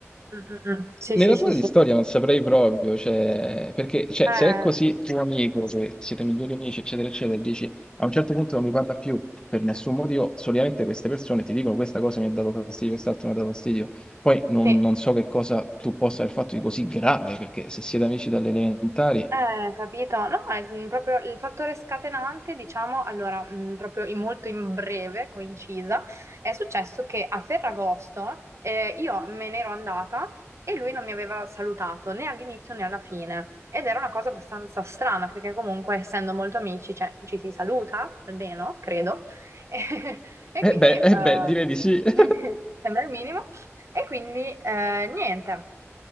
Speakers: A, on the right; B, on the left.
A: Mm, mm, mm. Sì,
B: nella
A: sì, sì,
B: tua
A: sì.
B: di storia non saprei proprio, cioè, perché cioè,
A: Eh,
B: se è così tuo amico, che siete migliori amici, eccetera, eccetera, e dici a un certo punto non mi parla più per nessun motivo, solitamente queste persone ti dicono questa cosa mi ha dato fastidio, quest'altro mi ha dato fastidio. Poi non,
A: sì.
B: non so che cosa tu possa aver fatto di così grave, perché se siete amici dalle elementari...
A: Eh, capito? No, è mm, proprio il fattore scatenante, diciamo, allora, mm, proprio in molto in breve, coincisa, è successo che a Ferragosto eh, io me ne ero andata e lui non mi aveva salutato né all'inizio né alla fine. Ed era una cosa abbastanza strana, perché comunque essendo molto amici, cioè, ci si saluta, almeno, credo. <laughs> E, e quindi,
B: Eh beh,
A: eh,
B: eh beh, direi di sì. <laughs>
A: <laughs> sembra il minimo. E quindi, eh, niente.